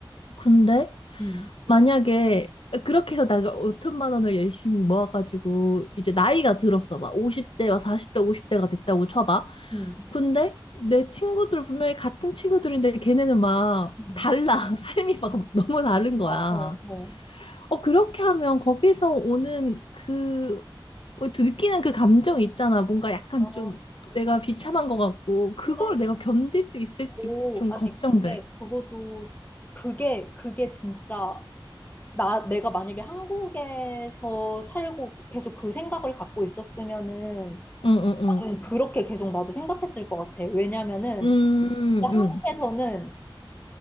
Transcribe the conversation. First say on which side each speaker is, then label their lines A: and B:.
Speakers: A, on the left; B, on the left.
A: 근데
B: 음,
A: 만약에 그렇게 해서 내가 5천만 원을 열심히 모아가지고 이제 나이가 들었어. 막 50대, 막 40대, 50대가 됐다고 쳐봐.
B: 음.
A: 근데 내 친구들 분명히 같은 친구들인데 걔네는 막
B: 음.
A: 달라. <laughs> 삶이 막 너무 다른 거야.
B: 아, 어, 어.
A: 어, 그렇게 하면 거기서 오는 그, 뭐, 느끼는 그 감정 있잖아. 뭔가 약간
B: 아,
A: 좀 내가 비참한 것 같고, 그걸
B: 근데,
A: 내가 견딜 수 있을지
B: 오,
A: 좀
B: 아니,
A: 걱정돼.
B: 근데 그것도, 그게, 그게 진짜, 나, 내가 만약에 한국에서 살고 계속 그 생각을 갖고 있었으면은,
A: 응, 응, 응.
B: 나는 그렇게 계속 나도 생각했을 것 같아. 왜냐면은,
A: 음,
B: 진짜
A: 응.
B: 한국에서는